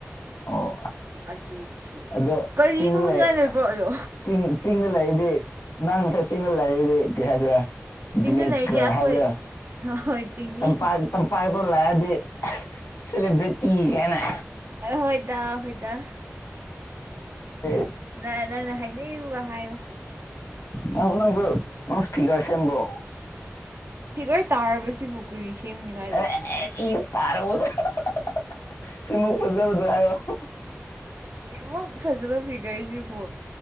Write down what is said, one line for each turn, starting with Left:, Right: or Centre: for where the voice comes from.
Left: ꯑꯣ
Right: ꯑꯗꯨꯒꯤ
Left: ꯑꯗꯣ
Right: ꯀꯔꯤ
Left: ꯆꯤꯡ
Right: ꯅꯣꯛꯅꯤꯡꯉꯥꯏ
Left: ꯂꯩ
Right: ꯂꯩꯕ꯭ꯔꯣ ꯑꯗꯣ
Left: ꯆꯤꯡ unintelligible ꯆꯤꯡꯗ ꯂꯩꯔꯗꯤ ꯅꯪꯁꯦ ꯆꯤꯡꯗ ꯂꯩꯔꯗꯤ ꯀꯩ ꯍꯥꯏꯁꯤꯔ
Right: ꯆꯤꯡꯗ
Left: ꯚꯤꯂꯦꯖ
Right: ꯂꯩꯔꯗꯤ
Left: ꯒ꯭ꯔꯜ
Right: ꯑꯩꯈꯣꯏ
Left: ꯍꯥꯏꯕꯗꯣ
Right: ꯍꯣꯏ ꯆꯤꯡꯃꯤ
Left: ꯇꯝꯄꯥꯛ ꯇꯝꯄꯥꯛꯇ ꯂꯥꯛꯑꯗꯤ unintelligible ꯁꯦꯂꯦꯕ꯭ꯔꯤꯇꯤ ꯀꯥꯏꯅ
Right: ꯍꯣꯏꯗ ꯍꯣꯏꯗ
Left: <inaudible>
Right: ꯅꯪ ꯅꯪꯅ ꯍꯥꯏꯅꯤꯡꯕ ꯍꯥꯏꯌꯨ
Left: ꯅꯪ ꯅꯪꯁꯨ ꯐꯤꯒꯔ ꯁꯦꯝꯕ꯭ꯔꯣ
Right: ꯐꯤꯒꯔ ꯇꯥꯔꯕꯁꯤꯕꯨ ꯀ꯭ꯔꯤ ꯁꯦꯝꯅꯤꯡꯉꯥꯏ
Left: <unintelligible>
Right: ꯂꯩꯕ꯭ꯔꯣ ꯁꯤꯃꯨꯛ ꯐꯖꯕ ꯐꯤꯒꯔꯁꯤꯕꯨ